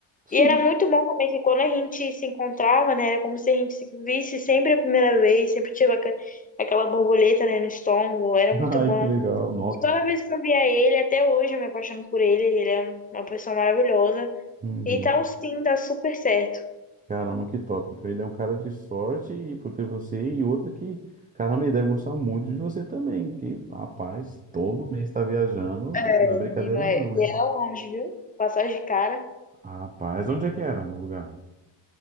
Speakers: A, on the right; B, on the left.
A: <laughs>
B: e era muito bom também que quando a gente se encontrava, né? Era como se a gente se visse sempre a primeira vez, sempre tinha aqua- aquela borboleta, né, no estômago, era muito
A: Ai,
B: bom.
A: que legal. Nossa.
B: E toda vez que eu via ele, até hoje eu me apaixono por ele, ele é uma pessoa maravilhosa.
A: Uhum.
B: Então, sim, dá super certo.
A: Caramba, que top. Então ele é um cara de sorte e por ter você e outra que, caramba, ele deve gostar muito de você também, que, rapaz, todo mês tá viajando,
B: É,
A: não é brincadeira
B: Menino, é,
A: não,
B: e
A: hein?
B: era longe, viu? Passagem de cara.
A: Rapaz, onde é que era o lugar?